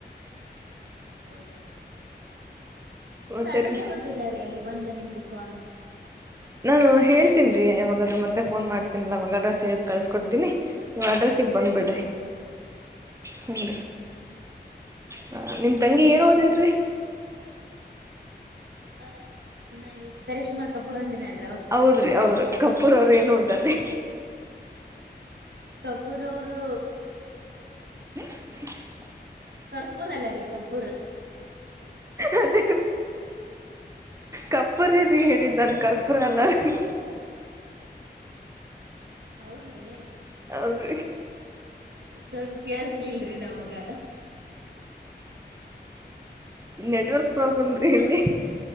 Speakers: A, on the right; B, on the right.
A: ಹೌದ್ರಿ ನಿಮ್ದ
B: ಮತ್ತೆ
A: ಅಡ್ರೆಸ್ಗೊದಿಲ್ಲ
B: ರೀ
A: ರೀ ಅಲ್ಲಿ ಬಂದ ನಿಮ್ದು ಕಾನ್
B: ನಾನು ಹೇಳ್ತೀನ್ಿ ರೀ ಯಾವಾಗ್ರರು ಮತ್ತೆ ಫೋನ್ ಮಾಡ್ತೀನಿಲ್ಲ ಅವಾಗ ಅಡ್ರೆಸ್ ಕಳ್ಸ್ಕೊಡ್ತೀನಿ ಇವ ಅಡ್ರೆಸ್ ಸಿಗ ಬಂದುಬ ಬಿಡ್ರಿ
A: ಹೌದ್ರ
B: ಹದ ಹ ನಿಮ್
A: ಹ್ಮ್
B: ತಂಗಿ
A: ಹ್ಮ್
B: ಏನ್
A: ಹ್ಮ್
B: ಓದಿದ್ರಿ
A: ಹ ನ ಇ ಕಶ್ಮಾ ಕಪೂರ್ ಅಂತಿನೇಳ
B: ಹೌದ್ರಿ ಅವ್ರ ಕಪೂರ್ ಅವ್ರ ಏನು ಹೋದ್ರೀ
A: ಕಪೂರ್ ಅವರು
B: ಹ
A: ಕರ್ಪೂರ ಅಲ್ಲ ರೀ ಕರ್ಪೂರ್
B: ಅದ ಕರ್ಪ್ಪರ ರೀ ಹೇಳಿದ್ದಾನ ಕರ್ಪೂರ ಅಲ್ಲ ರೀ
A: ಹೌದ್ರಿ
B: ಅದ
A: ಸ್ವಲ್ಪ ಕಳ್ಸಲಲ್ರಿ ನಾವಾಗ
B: ನೆಟ್ವರ್ಕ್ ಪ್ರಾಬ್ಲಮ್ ರೀ ಇಲ್ಲಿ